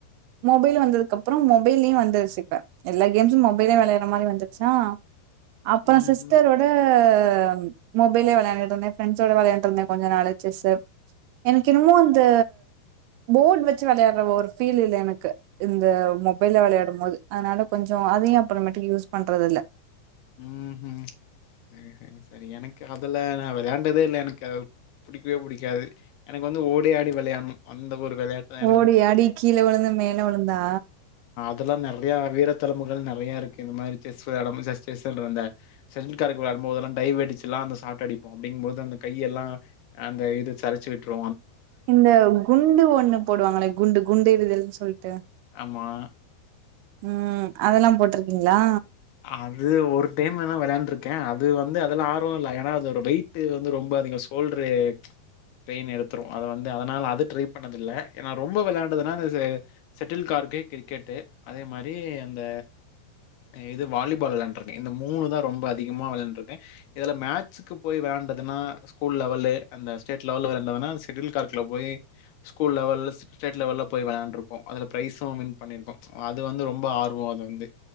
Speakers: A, on the right; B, on the left.
A: மொபைல் வந்ததுக்கப்றோ மொபைல்லயு வந்துருச்சு இப்ப எல்லா கேம்ஸும் மொபைலே வெளையாடுற மாரி வந்துருச்சா அப்பறோ
B: ம்ஹ்ம்.
A: சிஸ்டரோட க மொபைல்லே வெளையாண்டுட்ருந்தே ஃப்ரண்ட்ஸோட வெளையாண்ட்ருந்தே கொஞ்ச நாளு ஜெஸ்சு எனக்கு என்னமோ அந் ந்த போர்ட் வச்சு வெளாயாடுற ஒரு ஃபீல் இல்ல எனக்கு இந்த மொபைல்ல வெளையாடும் போது அதுனால கொஞ்சோ அதையு அப்பறமேட்டுக்கு யூஸ் பண்றது இல்ல
B: ம் ஹூம் செரி சரி எனக்கு அதல்லா வெளாண்டதே இல்ல எனக்கு அத புடிக்கவே புடிக்காது எனக்கு வந்து ஓடியாடி வெளையாடணு அந்த ஒரு விளையாட்டு தான் எனக்கு
A: ஓடி
B: ரொம்ப
A: ஆடி கீழ விழுந்து மேல விழுந்தா
B: அதல்லா நெறையா வீர தழும்புகள் நெறையாருக்கு இந்த மாரி செஸ் வெளாடும் போது ஜெஸ்ட் <unintelligible> செட்டில்கார்க்கு வெளாடும் போதலா டைவடிச்சில்லா அந்த சாட்டடிப்போம் அப்டிங்கும் போது அந்த கையெல்லா அந்த இது சருச்சு விட்ரு
A: இந்த குண்டு ஒண்ணு போடுவாங்களே குண்டு குண்டு எறிதல்னு சொல்ட்டு
B: ஆமா
A: ம் அதல்லா போட்ருக்கீங்ளா
B: அது ஒரு டைம் வேணா வெளையாண் ட்ருக்கேன் அது வந்து அதெல்லா ஆர்வோ இல்ல ஏன்னா அதோட வெயிட் வந்து ரொம்ப அதிகோ சோல்ட்ரு பெயின் எடுத்துரு அதவந்து அதனால அது ட்ரை பண்ணதுல்ல ஏனா ரொம்ப வெளையாண்டதுனா அந்த செ செட்டில் கார்க் க்கு கிரிக்கெட்டு அதே மாரி அந்த இது வாலிபால் வெளையாண்டுருக்கே இந்த மூணு தா ரொம்ப அதிகமா வெளாயாண்ருக்கே இதுல மேட்சுக்கு போய் வெளையாண்டதுன் னா ஸ்கூல் லெவலு அந்த ஸ்டேட் லெவலு வெல வேன்னா செட்டில் கார்க்ல போய் ஸ்கூல் லெவல் ஸ்டே ஸ்டேட் லெவல்ல போய் வெளாண்ட்ருக்கோ அதுல ப்ரைசும் வின் பண்ணிருக்கோம் அது வந்து ரொம்ப ஆர்வோ அது வந்து